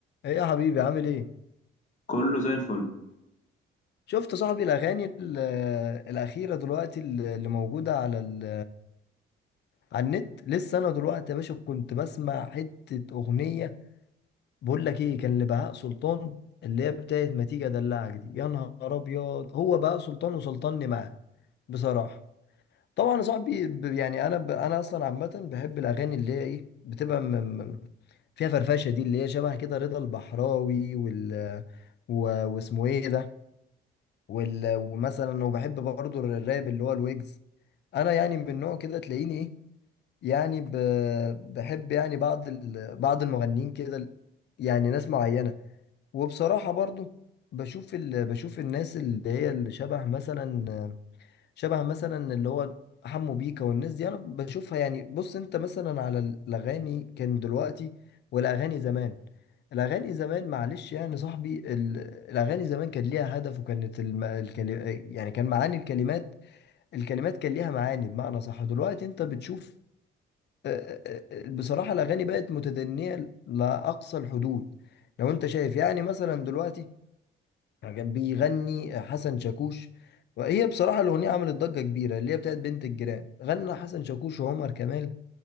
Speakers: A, on the left (about 60°); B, on the left (about 40°).
A: ايه يا حبيبي عامل ايه
B: كله زي الفل
A: شفت صاحبي الاغاني ال- الاخيره دلوقتي اللي موجوده على ال- على النت لسه انا دلوقتي يا باشا كنت بسمع حته اغنيه بقول لك ايه كان لبهاء سلطان اللي هي بتاعت ما تيجي ادلعك دي يا نهار ابيض هو بهاء سلطان وسلطني معاه بصراحه طبعا يا صاحبي ب- يعني انا ب... انا اصلا عامه بحب الاغاني اللي هي ايه بتبقى م... م- فيها فرفشه دي اللي هي شبه كده رضا البحراوي وال و... واسمه ايه ده وال... ومثلا وبحب برضو الراب اللي هو الويجز انا يعني من نوع كده تلاقيني ايه يعني ب... بحب يعني بعض ال... بعض المغنيين كده ال- يعني ناس معينة وبصراحة برضو بشوف ال... بشوف الناس اللي هي اللي شبه مثلا شبه مثلا اللي هو حمو بيكا والناس دي انا بشوفها يعني بص انت مثلا على الاغاني كان دلوقتي والاغاني زمان الاغاني زمان معلش يعني صاحبي ال- الاغاني زمان كان ليها هدف وكانت الم... الكل... يعني كان معاني الكلمات الكلمات كان ليها معاني بمعنى صح دلوقتي انت بتشوف آه، آه، آه، بصراحة الاغاني بقت متدنية لاقصى الحدود لو انت شايف يعني مثلا دلوقتي كان بيغني حسن شاكوش وهي بصراحة الأغنية عملت ضجة كبيرة اللي هي بتاعت بنت الجيران غنى حسن شاكوش وعمر كمال